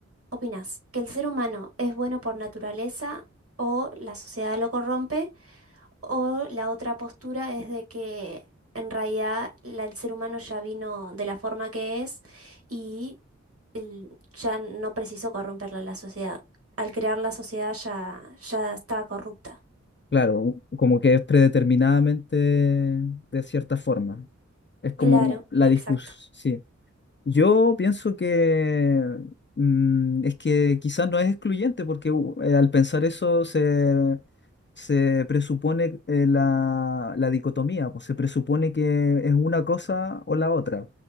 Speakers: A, on the right; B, on the left.
A: ¿opinas que el ser humano es bueno por naturaleza o la sociedad lo corrompe? O la otra postura es de que en realidad la- el ser humano ya vino de la forma que es y el- ya no precisó corromperla la sociedad. Al crear la sociedad ya, ya estaba corrupta.
B: Claro, u- como que es predeterminadamente de cierta forma. Es como
A: Claro,
B: la
A: exacto.
B: discusión, sí. Yo pienso que mm, es que quizás no es excluyente porque u- eh, al pensar eso se, se presupone eh, la, la dicotomía, pues se presupone que es una cosa o la otra.